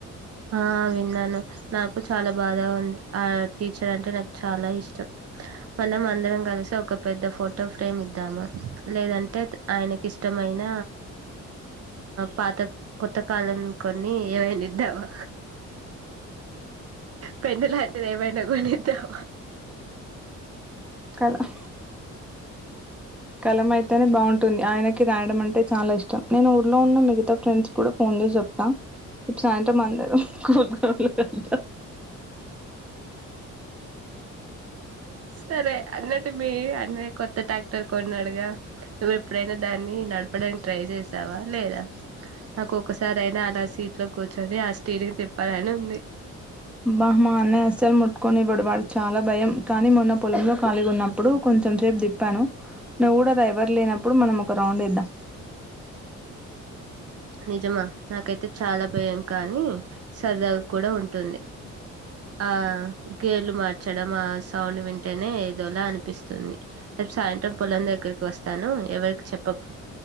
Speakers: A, on the right; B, in the centre.
A: ఆ విన్నాను నాకు చాలా బాదగాఉంది ఆ టీచర్ అంటే నాకు చాలా ఇష్టం మనం అందరం కలిసి ఒక పెద్ద ఫోటో ఫ్రేమ్ ఇద్దామ లేదంటే ఆయనకిష్టం అయిన పాత కొత్త కాలం కొన్ని ఎవై స్తావా పెన్ను లాంటిది ఏమైనా కొనిద్దామ
B: ఆహ్ కలం అయితేనే బాగుం టుంది ఆయనకి రాయడం అంటే చాలా ఇష్టం నేను ఊర్లో ఉన్న మిగతా ఫ్రెండ్స్ కూడా ఫోన్ చేసి చెప్తా సాయంత్రం అందరూ స్కూల్ గ్రౌండ్లో కలుద్దాం
A: సరే అన్నట్టు మీ అన్నయ కొత్త కొత్త టాక్టర్ కొన్నాడుగా నువ్వు ఎప్పుడైనా దాన్ని నడపడానికి ట్రై చేసావా లేదా నాకు ఒక్కసారి అయినా అలా సీట్లో కూర్చోని ఆ స్టీరింగ్ తిప్పాలని ఉంది
B: బా మా అన్నయ్య అస్సలు ముట్టుకొనివ్వడు వానికి చాలా భయం కానీ మొన్న పొలంలో కాలీగా ఉన్నప్పుడు కొ కొంచెం సేపు తిప్పాను నువ్వు కూడా రా ఎవరు లేనప్పుడు మనం ఒక రౌండ్ ఏద్దం
A: నిజమా నాకైతే చాలా భయం కానీ సరదాగా కూడా ఉంటుంది ఆ గేర్లు మార్చడం ఆ సౌండ్ వింటేనే ఏదోలా అనిపిస్తుంది రేపు సాయంత్రం పొలం దగ్గరకి వస్తాను ఎవరికి చెప్పకు